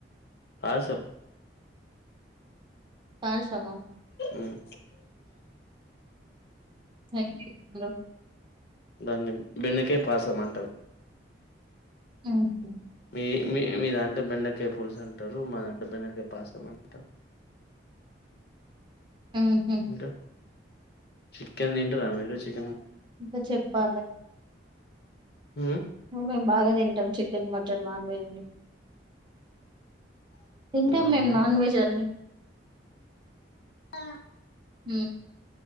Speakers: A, on the left; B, on the right.
A: పాయిసం
B: పాయిసమ
A: ఉమ్
B: <unintelligible>
A: దాన్ని బెండకాయ్ పాసం అంటారు
B: ఉ హా
A: ఈ మీ మీ దంటో బెండకాయ్ పుల్స్ అంటారు మా దాంటే బెండకాయ్ పాసం అంటారు
B: ఉ హు
A: ఇంకా చికెన్ తింటారా మీరు చిక్
B: ఇంకా చెప్పాలే
A: ఉమ్
B: మేం బాగా తింటాం చికెన్ మా వేజ్ నన్ వేజ్ తింటాం
A: అవునా
B: మేం నాన్ వెజ్ అన్ని
A: ఆ
B: హ